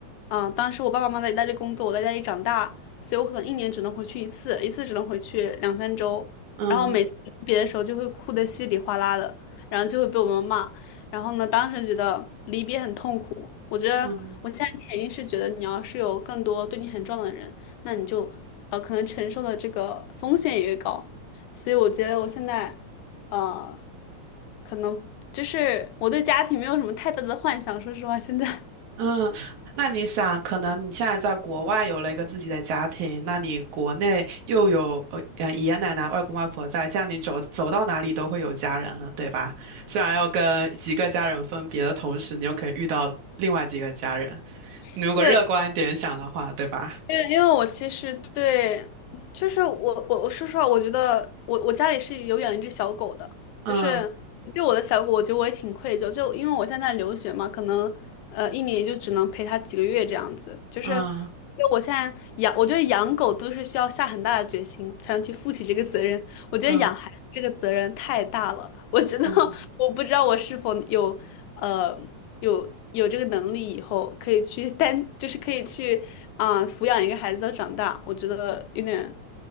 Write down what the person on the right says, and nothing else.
嗯
嗯
嗯。那你想，可能你现在在国外有了一个自己的家庭，那你国内又有呃呃爷爷奶奶、外公外婆在，这样你走走到哪里都会有家人了，对吧？虽然要跟几个家人分别的同时，你又可以遇到另外几个家人，
你如果乐观一点想的话，
对吧？
嗯。
嗯
嗯
嗯